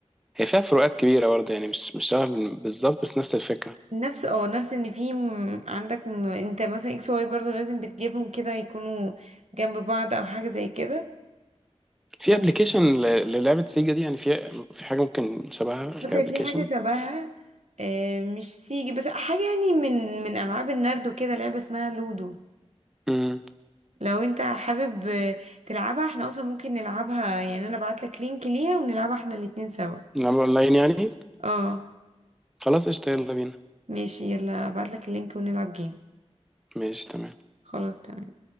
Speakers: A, in the centre; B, on the right (about 85°).
A: هي فيها فروقات كبيره برضه يعني مش مش شبه بال- بالظبط بس نفس الفكره
B: نفس اه نفس ان في م- عندك م- انت مثلا اكس واي برضو لازم بتجيبهم كده يكونوا جنب بعض او حاجة زي كده ف-
A: في ابلكيشن للعبه سيجا دي يعني في في حاجه ممكن شبهها
B: بس
A: كابلكيشن
B: في حاجة شبهها آه، مش سيجي بس حاجة يعني من من ألعاب النرد وكده لعبة اسمها لودو
A: امم
B: لو انت حابب تلعبها احنا اصلا ممكن نلعبها يعني انا بعتلك لينك ليها ونلعبها احنا الاتنين سوا
A: نلعب اونلاين يعني
B: اه
A: خلاص قشطه يلا بينا
B: ماشي يلا بعتلك اللينك ونلعب جيم
A: ماشي تمام
B: خلاص تمام